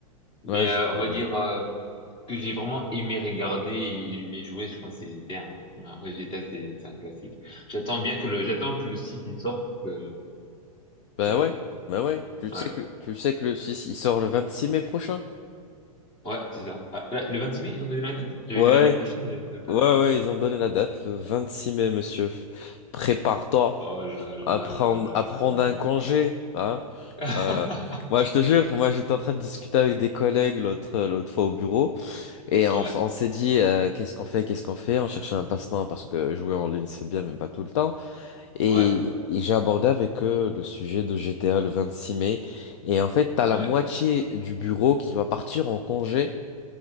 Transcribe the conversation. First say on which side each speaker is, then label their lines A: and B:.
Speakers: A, on the left; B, on the left.
A: Mais
B: ouais,
A: euh,
B: je vois.
A: on va dire euh, que j'ai vraiment aimé regarder et aimé jouer, je pense que c'est GTA. Hein. Après, GTA, c'est c'est un classique. J'attends bien que le, j'attends que le site il sorte, que,
B: Bah
A: que...
B: ouais, bah ouais. Tu sais
A: Ouais,
B: que, tu sais que le 6, il sort le 26 mai prochain?
A: ouais, c'est ça. Ah, là, le 26 mai, ils ont donné la date? J'avais
B: Ouais,
A: vu l'année prochaine, mais je savais pas.
B: ouais, ouais, ils ont donné la date, le 26 mai, monsieur. Prépare-toi
A: Oh là là
B: à prendre,
A: là là
B: à
A: là
B: prendre
A: là.
B: un congé, hein?
A: <laughs>
B: Euh, moi, je te jure, moi, j'étais en train de discuter avec des collègues l'autre, l'autre fois au bureau, et on,
A: Ouais,
B: on s'est dit, euh, qu'est-ce qu'on fait, qu'est-ce qu'on fait? On cherchait un passe-temps parce que jouer en ligne, c'est bien, mais pas tout le temps. Et,
A: ouais,
B: et j'ai abordé avec eux le sujet de GTA le 26 mai. Et en fait, t'as la
A: ouais.
B: moitié du bureau qui va partir en congé